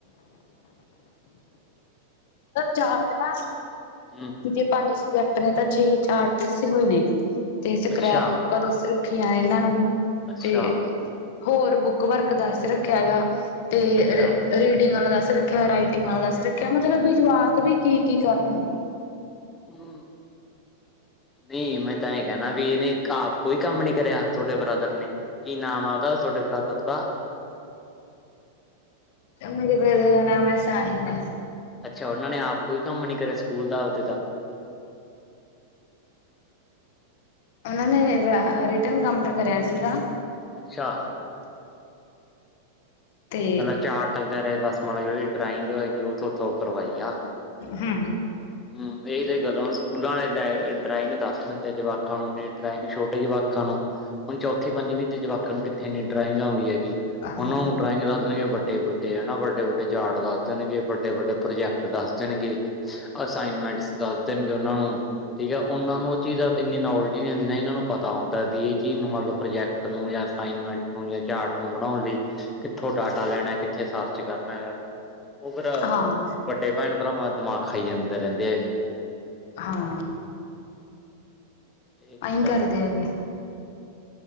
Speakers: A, on the left; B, on the left.
A: ਜਾਤ ਨਾ
B: ਹਮ
A: ਜੇ ਪੰਜ ਸਜੈਕਟ ਨੇ ਤਾਂ ਛੇ ਚਾਰ ਦੱਸੇ ਹੋਏ ਨੇ ਤੇ ਸਕਰੈਪ
B: ਅੱਛਾ
A: ਬੁੱਕਾਂ ਤੇ ਸਿਰਫ ਰੱਖੀਆ ਇਹਨਾ ਨੂੰ
B: ਅੱਛਾ
A: ਤੇ ਹੋਰ ਬੁੱਕ ਵਰਕ ਦੱਸ ਰੱਖਿਆ ਗਾ। ਤੇ
B: ਅੱਛਾ
A: ਰੀਡਿੰਗ ਵਾਲਾ ਦੱਸ ਰੱਖਿਆ ਰਾਈਟਿੰਗ ਵਾਲਾ ਦੱਸ ਰੱਖਿਆ ਮਤਲਬ ਵਿ ਜਵਾ ਕ ਵੀ ਕੀ-ਕੀ ਕਰਨ।
B: ਹਮ ਨੀ ਮੈਂ ਤਾ ਆਈ ਕਹਿਨਾ ਵੀ ਇਹਨੇ ਆਪ ਕੋਈ ਕੰਮ ਨੀ ਕਰਿਆ ਤੁਹਾਡੇ ਬ੍ਰਦਰ ਨੇ। ਕੀ ਨਾਮ ਆ ਉਹਦਾ ਤੁਹਾਡੇ ਬ੍ਰਦਰ ਦਾ।
A: ਮੇਰੇ ਬ੍ਰਦਰ ਦਾ ਨਾਮ ਹੈ ਸਾਹਿਨਾਸ।
B: ਅੱਛਾ ਉਹਨਾ ਨੇ ਆਪ ਕੋਈ ਕੰਮ ਨੀ ਕਰੇ ਸਕੂਲ ਦਾ ਉਹਦੇ ਦਾ।
A: ਉਹਨਾ ਨੇ ਰਿਟਰਨ ਕੰਮ ਤਾ ਕਰਿਆ ਸੀਗਾ।
B: ਅੱਛਾ।
A: ਤੇ
B: ਪਹਿਲਾ ਚਾਰਟ ਵਗੈਰਾ ਬਸ ਮਤਲਬ ਜਿਹੜੀ ਡਰਾਇੰਗ ਹੋਗੀ ਉਹ ਉੱਥੋਂ ਕਰਵਾਈ ਆ।
A: ਹਮ।
B: ਹਮ ਇਹ ਤੇ ਗੱਲਾ ਸਕੂਲਾ ਵਾਲੇ ਡਰਾਇੰਗ ਦੱਸ ਦਿੰਦੇ ਜਵਾਕਾ ਨੂੰ ਡਰਾਇੰਗ ਛ ਟੇ ਜਵਾਕਾਂ ਨੂੰ ਹੁਣ ਚੌਥੀ ਪੰਜਵੀਂ ਦੇ ਜਵਾਕਾਂ ਨੂੰ ਕਿੱਥੇ ਇੰਨੀ ਡਰਾਇੰਗ ਆਉਂਦੀ ਹੈਗੀ।
A: ਹਾਂ
B: ਉਹਨੂੰ ਡਰਾਇੰਗ ਰੱਖ ਦੇਗੇ ਬ ਵੱਡੇ-ਵੱਡੇ ਹਨਾ ਵੱਡੇ-ਵੱਡੇ ਚਾਰਟ ਦੱਸ ਜਾਣਗੇ ਵੱਡੇ-ਵੱਡੇ ਪ੍ਰੋਜੈਕਟ ਦੱਸ ਜਾਣਗੇ। ਅਸਾਈਨਮੈਂਟਸ ਦੱਸ ਦੇਣਗੇ ਉਹਨਾਂ ਨੂੰ ਠੀਕ ਹੈ ਉਹਨਾਂ ਨੂੰ ਉਹ ਚੀਜ਼ਾਂ ਇੰਨੀ ਨੋਲਜੀ ਨੀ ਹੁੰਦੀ ਨਾ ਇਹਨਾ ਨੂੰ ਪਤਾ ਹੁੰਦਾ ਵੀ ਇਹ ਚੀਜ਼ ਨੂੰ ਮਤਲਬ ਪ੍ਰੋਜੈਕਟ ਨੂੰ ਜਾ ਅਸਾਈਨਮੈਂਟ ਚਾਰਟ ਨੂੰ ਬਣਾਉਣ ਲਈ ਕਿੱਥੋਂ ਡਾਟਾ ਲੈਣਾ ਕਿੱਥੇ ਸਰਚ ਕਰਨਾ ਹੈਗਾ। ਉਹ ਫਿਰ
A: ਹਾਂ
B: ਵੱਡੇ ਭੈਣ ਭਰਾਵਾਂ ਦਿਮਾਗ ਖਾਈ ਜਾਂਦੇ ਰਹਿੰਦੇ ਹੈਗੇ।
A: ਹਾਂ
B: ਇਹ ਚੱਕਰ
A: ਆਈ ਕਰ
B: ਆ
A: ਦੇ ਹੈਗੇ।